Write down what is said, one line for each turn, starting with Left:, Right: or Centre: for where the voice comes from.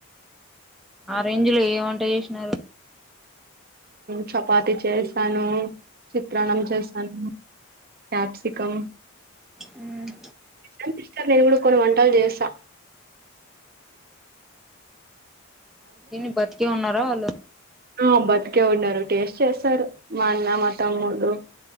Centre: ఆ రేంజ్ లో ఏ వంట చేసినారు
Right: చపాతి చేసాను చిత్రాణం చేస్తాను క్యాప్సికం
Centre: ఉమ్
Right: నాక్ ఇష్టమే నేను కూడా కొన్ని వంటలు చేస్తా హ
Centre: తినీ బతికే ఉన్నారా వాళ్ళు
Right: ఆ బతికే ఉన్నారు టేస్ట్ చేస్తారు మా అన్న మా తమ్ముడు